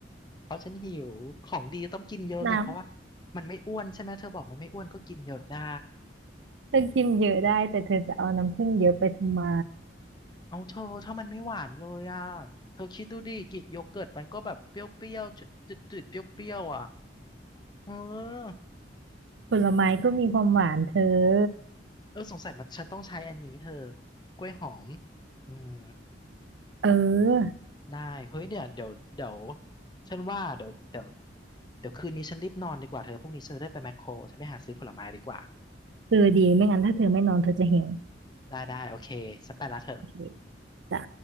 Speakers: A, on the left; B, on the right.
A: เพราะฉันหิวของดีต้องกินเยอะไงเพราะว่า
B: น้ำ
A: มันไม่อ้วนใช่ไหมเธอบอกมันไม่อ้วนก็กินเยอะได้
B: เธอกินเยอะได้แต่เธอจะเอาน้ำผึ้งเยอะไปทำไม
A: เอาเธอถ้ามันไม่หวานเลยอ่ะเธอคิดดูดิกรีกโยเกิร์ตมันก็แบบเปรี้ยวๆจืดๆเปรี้ยวๆอ่ะเออ
B: ผลไม้ก็มีความหวานเธอ
A: เออสงสัยมันฉันต้องใช้อันนี้เธอกล้วยหอมอืม
B: เออ
A: ได้เฮ้ยเนี่ยเดี๋ยวเดี๋ยวฉันว่าเดี๋ยวเดี๋ยวเดี๋ยวคืนนี้ฉันรีบนอนดีกว่าเธอพรุ่งนี้ฉันจะได้ไปแมคโครฉันไปหาซื้อผลไม้ดีกว่า
B: เธอดีไม่งั้นถ้าเธอไม่นอนเธอจะหิว
A: ได้ได้โอเคฉันไปละเธอ
B: โอเคจ้ะ